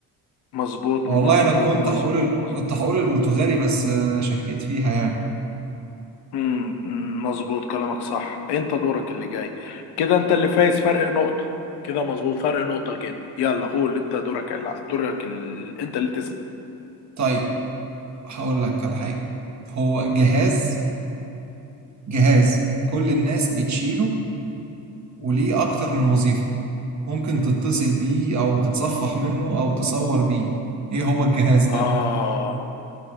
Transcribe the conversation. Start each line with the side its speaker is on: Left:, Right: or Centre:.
Left: مظبوط
Right: والله
Left: مظبوط
Right: انا كنت
Left: مظبوط
Right: هقول ال...
Left: مظبوط
Right: كنت هقول البرتغالي بس آه، شكيت فيها يعني
Left: امم أمم، مظبوط كلامك صح انت دورك اللي جاي كده انت اللي فايز فرق نقطة كده مظبوط فرق نقطة كده يلا قول انت دورك اللي... دورك اللي... انت اللي تسأل
Right: طيب هقول لك على حاجة هو جهاز جهاز كل الناس بتشيله وليه أكتر من وظيفة ممكن تتصل بيه أو تتصفح منه أو تصور بيه إيه هو الجهاز ده؟
Left: اه